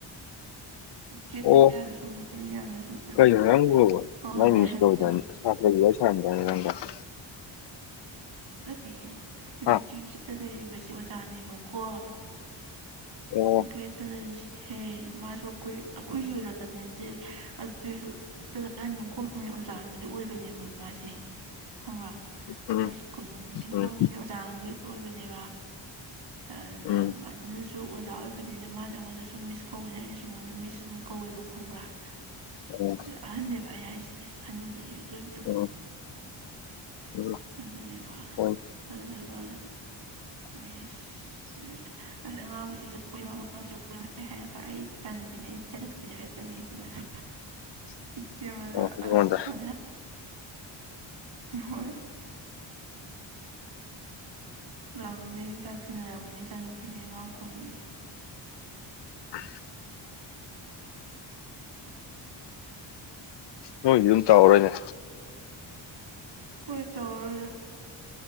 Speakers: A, on the right; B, on the left.
A: ꯒꯦꯠ
B: ꯑꯣ
A: ꯃꯌꯥꯗ ꯁꯨꯝ ꯃꯤ ꯃꯌꯥꯝꯅ ꯁꯨꯝ ꯍꯣꯏ
B: ꯀꯩ ꯅꯪꯪ ꯀꯗ
A: ꯍꯣꯏ ꯑꯗꯨꯃꯥꯏꯅ ꯍꯥꯏꯅꯕꯗꯣ
B: ꯁꯥ ꯁꯥꯟꯗ ꯀꯗ <inaudible>
A: ꯑꯗꯨꯗꯤ ꯍꯧꯖꯤꯛꯀꯤ
B: ꯍꯥ
A: ꯇ ꯂꯩꯔꯤꯕꯁꯤ ꯑꯣꯖꯥꯅꯦꯕꯀꯣ꯫
B: ꯑꯣ
A: ꯒꯦꯇ ꯇꯥꯂꯩꯔꯤꯁꯦ ꯍꯦ ꯃꯥꯁꯨ ꯑꯩꯈꯣꯏ ꯑꯩꯈꯣꯏꯒꯤ ꯑꯣꯖꯥꯗꯤ ꯅꯠꯇꯦ ꯑꯗꯨꯁꯨꯖ꯫ ꯑꯣꯖꯥꯅꯗꯤ ꯑꯣꯏꯕꯅꯦꯕ ꯃꯥꯁꯦ ꯐ꯭ꯔꯥ
B: ꯎꯝ
A: ꯀ ꯀꯣꯅꯨꯡꯒꯤ
B: ꯎꯝ
A: ꯀꯣꯝꯃꯤ ꯑꯣꯖꯥꯡꯒꯤ ꯑꯣꯏꯕꯅꯦꯕ ꯑꯗ
B: ꯎꯝ
A: ꯑꯗꯨꯅꯁꯨ ꯑꯣꯖꯥ ꯑꯣꯏꯕꯅꯤꯅ ꯃꯥꯅ ꯑꯩꯉꯣꯟꯗ ꯁꯨꯝ ꯃꯤꯁ ꯀꯧꯏꯤꯅ ꯑꯩꯅ ꯁ ꯑꯩꯉꯣꯟꯗ ꯃꯤꯁ ꯑꯗꯨꯝ ꯀꯧꯋꯦꯕ ꯈꯪꯕ꯭ꯔꯥ ꯑ
B: ꯑꯣ
A: ꯑꯍꯟꯅꯅꯦꯕ ꯑꯩꯩꯅ ꯍꯥꯏꯁꯤꯗꯤꯦ ꯍꯅꯨꯕꯤ ꯀꯣꯏꯕꯤ ꯇꯧꯕꯗꯣ
B: ꯑꯣ ꯎꯝ
A: ꯑꯗꯨꯅꯦꯕ
B: ꯍꯣꯏ
A: ꯐꯖꯕ
B: <inaudible>
A: ꯄꯨꯁ ꯑꯉꯥꯡꯕꯁꯤꯁꯨ ꯀꯣꯏ ꯑꯉꯥꯡꯁꯨ ꯀꯣꯏ ꯍꯥꯏꯔꯒ ꯑꯩ ꯏꯆꯥꯅꯨꯄꯤꯅꯦ ꯑꯩ ꯏꯆꯥꯟꯅꯨꯄꯤꯅꯦ ꯍꯥꯏꯔꯝꯃꯤ ꯑꯗꯨꯃꯥꯏꯅ
B: <inaudible>
A: ꯀ ꯃꯅ
B: ꯑꯣ ꯑꯩꯉꯣꯟꯗ
A: ꯑꯁꯥ ꯍꯣꯏ ꯔꯃꯂꯤ ꯆ ꯐꯤ ꯔꯃꯅꯤ ꯆ ꯐꯤꯅꯤ ꯃꯥ ꯀꯃꯤꯦ
B: ꯑ ꯅꯣꯏꯒꯤ ꯑꯗꯨꯝ ꯇꯧꯍꯔꯣꯏꯅꯦ
A: ꯑꯩꯈꯣꯏ ꯇꯧꯔꯔꯣꯏꯗ